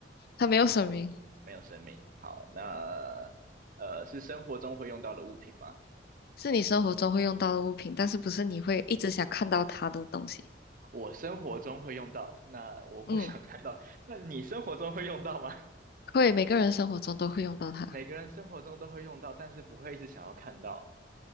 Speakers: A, on the left; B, on the right.
A: 它没有声明。
B: 没有生命。好，那呃，是生活中会用到的物品吗？
A: 是你生活中会用到的物品，但是不是你会一直想看到它的东西。
B: 我生活中会用到，那我不想看到。
A: 嗯，
B: 那你生活中会用到吗？<laughs>
A: 会，每个人生活中都会用到它。
B: 每个人生活中都会用到，但是不会一直想要看到。